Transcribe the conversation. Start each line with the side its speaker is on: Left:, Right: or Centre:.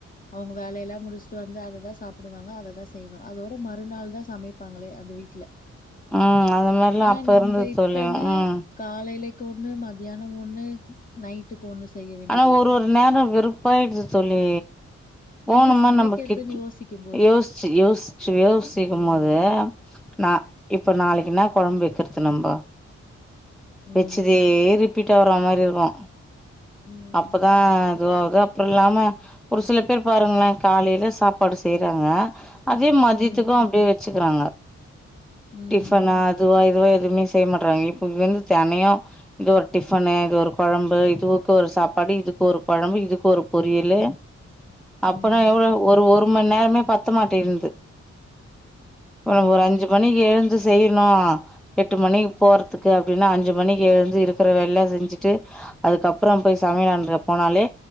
Left: அவுங்க வேலையெல்லா முடிச்சுட்டு வந்து அத தா சாப்புடுவாங்க அததா செய்வே அதோட மறுநாள் தா சமைப்பாங்களே அந்த வீட்ல
Centre: ம் அந்த மாரிலா
Left: ஆனா
Centre: அப்ப
Left: நம்ப
Centre: இருந்தது
Left: இப்பன்னா
Centre: தோழி ம்
Left: காலையிலக்கு ஒன்னு மத்தியானோ ஒன்னு நைட்டுக்கு ஒன்னு செய்ய வேண்டியதா
Centre: ஆனா ஒரு
Left: இருக்கு
Centre: ஒரு நேரோ வெறும் போயிட்சி தோழி போனமா
Left: என்ன சமைக்கிறதுன்னு
Centre: நம்ம கிட்
Left: யோசிக்கும்போது.
Centre: யோசிச்சு யோசிச்சு யோசிக்கும்போது
Left: ம்.
Centre: நா இப்ப நாளைக்கு என்னா கொழம்பு வெக்கிற்து நம்போ
Left: ம்.
Centre: வெச்சுதே ரிப்பீட் ஆவுற மாரி இருக்கு
Left: ம்.
Centre: அப்பதா இதோ கப்புறலாமா ஒரு சில பேர் பாருங்ளே காலைல சாப்பாடு செய்றாங்க அதே மதியத்துக்கு
Left: ம்.
Centre: அப்டியே வெச்சுக்கிறாங்க
Left: ம்.
Centre: டிஃபனா அதுவா இதுவா எதுவுமே செய்ய மாட்டுறாங்க இப்ப வந்து தெனையு இது ஒரு டிஃபன்னு இது ஒரு கொழம்பு இதுக்கு ஒரு சாப் படிக்கிறதுக்கு ஒரு குழம்பு இதுக்கு ஒரு பொரியலு அப்பனா
Left: ம்.
Centre: எவ்ளோ ஒரு ஒரு மணி நேரமே பத்த மாட்டேன்து இப்ப
Left: அதுதான்.
Centre: நமக்கு ஒரு அஞ்சு பணிக்கு எழுந்து செய்யணு எட்டு மணிக்கு போறதுக்கு அப்டின்னா அஞ்சு மணிக்கு எழுந்து இருக்கற வேல எல்லா செஞ்சுட்டு அதுக்கப்புறம் போய் சமையலாண்ட போனாலே